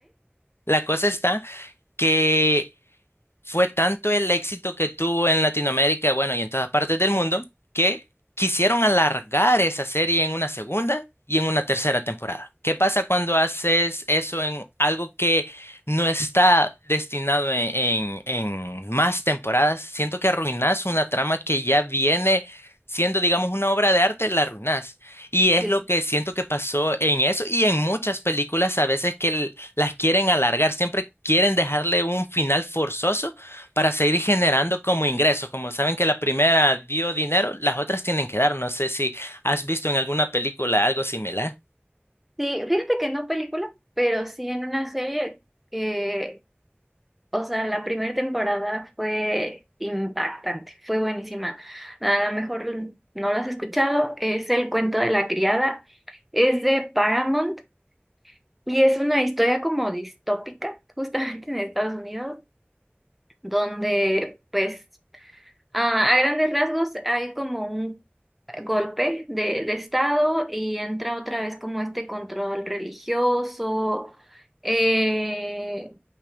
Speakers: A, on the left; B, in the centre.
A: La cosa está que Fue tanto el éxito que tuvo en Latinoamérica, bueno, y en todas partes del mundo, que quisieron alargar esa serie en una segunda y en una tercera temporada. ¿Qué pasa cuando haces eso en algo que no está destinado en, en- en más temporadas? Siento que arruinas una trama que ya viene siendo, digamos, una obra de arte, la arruinas. Y es
B: ¿Sí?
A: lo que siento que pasó en eso y en muchas películas a veces que l- las quieren alargar, siempre quieren dejarle un final forzoso para seguir generando como ingresos. Como saben que la primera dio dinero, las otras tienen que dar. No sé si has visto en alguna película algo similar.
B: Sí, fíjate que no película, pero sí en una serie que, o sea, la primera temporada fue impactante, fue buenísima. A lo mejor no lo has escuchado, es El cuento de la criada, es de Paramount y es una historia como distópica, <laughs> justamente en Estados Unidos, donde pues a, a grandes rasgos hay como un golpe de, de Estado y entra otra vez como este control religioso, eh,